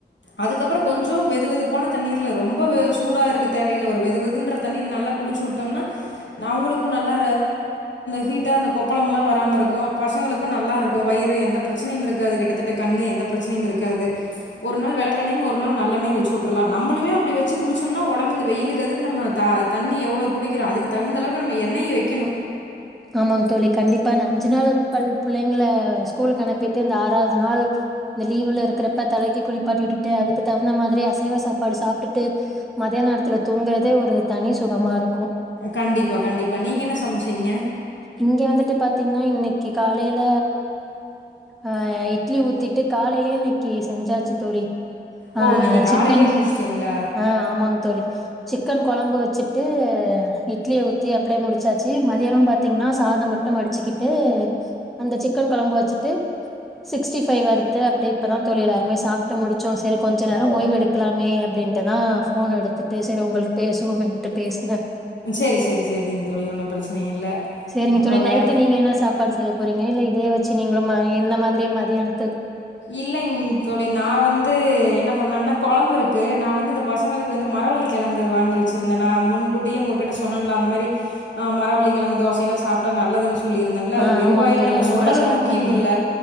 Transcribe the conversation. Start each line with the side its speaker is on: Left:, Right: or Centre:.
Left: அதுக்கப்புற கொஞ்சு வெது வெதுப்பான தண்ணீர்ல ரொம்ப வெ சூட இருக்கு தேவ இல்ல ஒரு வெது வெதுன்ற தண்ணில குளிசுவிடொம்ன அவங்களுக்கு நல்லா ஹிட்டா கொப்பளம் வரா இருக்கு பசங்கக்கும் நல்லா இருக்கு வயிறு எந்த பிரச்ச இருக்காது கிட்டதட்ட கண்ணு எந்த பிரச்னையு இருக்காது ஒரு நாள் வெளக்கென்னயு ஒரு நாள் நல்லண்ணச்சுலா வச்சுவுற்றளா நம்மளுமே அப்டி வச்சு குளிச்சோம்னா ஒடம்பு இந்த வெயிலுக்குறதுக்கு நம த தண்ணி எவ்வளவு குடிக்கிறோ அதுக்கு தகுந்தளவுக்கு நம்ம எண்ணெய்யு வைக்கணு
Centre: ஆமாங்க தோழி கண்டிப்பா இந்த அஞ்சு நாள் பல் புள்ளைங்களை ஸ்கூல் அனுப்பிட்டு இந்த ஆறாவது நாள் இந்த லீவு்ல இருக்கிறப்ப தலைக்கு குளிப்பாட்டி விட்டுட்டு அதுக்கு தகுந்த மாதிரி அசைவ சாப்பாடு சாப்ட்டுட்டு மதியான நேரத்துல தூங்குறதே ஒரு தனி சுகமா இருக்
Left: கண்டிப்பா கண்டிப்பா நீங்க என்ன சமைச்சீங்க
Centre: இங்க வந்துட்டு பா பா்த்தீங்கன்னா இன்னைக்கு காலையில அஹ் இட்லி ஊத்திட்டு காலையிலயே இன்னைக்கு செஞ்சாச்சு தோழி ஆஹ்
Left: ஓ நீங்க
Centre: சிக்கன்
Left: காலையிலயே முடிச்சுட்டீங்களா
Centre: ஆஹ் ஆமாங் தோழி சிக்கன் கொழம்பு வச்சு டு இட்லிய ஊத்தி அப்டியே முடிச்சாச்சு ம தாரம் பாத்தீங்கன்னா சாதம் மட்டு வடிச்சுக்கிட்டு அந்த சிக்கன் கொழம்பு வச்சுட்டு சிக்ஸ்டி ஃபைவ் வறுத்து அப்டி இப்பதா தோழி எல்லாருமே சாப்ட்டு முடிச்சசோ சரி கொஞ்ச நேர ஓய்வெடுக்கலாமே அப்டின்ட்டுதா போன் எடுத்துட்டு சரி உங்க பேசுவோமன்ட்டு பேசுனே
Left: சரி சரி சரிங்க தோழி ஒண்ணு பிரச்சனை இல்ல
Centre: சரிங்க
Left: அப்புறோ
Centre: தோழி நைட்
Left: வேற
Centre: நீங்க என்ன சாப்பாடு செய்யப் புரிங்க இல்ல இதே வச்சு நீங்களு என்ன மாதிரியே மதியான
Left: இல்லைங் தோழி நான் வந்து என்ன பண்ணேனா கொழம்பு இருக்கு நா வந்து இந்த பசங்களுக்கு வந்து மரவள்ளி கெழங்கு வாங்கி வச்சிருந்தே நா முன்கூட்டியே உங்ககிட்ட சொன்னன்லா அந்த மாரி ஆஹ் மரவள்ளி கெழங்கு தோசை எல்லா சாப்ட்டா நல்லதுன்னு சொல்லியிருந்தேன்ல
Centre: ஆ
Left: அது வெறுவாயில
Centre: ஆமாங்க தோழி
Left: நம்ம
Centre: அன்னைக்கு
Left: சொல்றது
Centre: கூட ஷேர்
Left: முக்கியம்
Centre: பண்ணீங்க
Left: இல்ல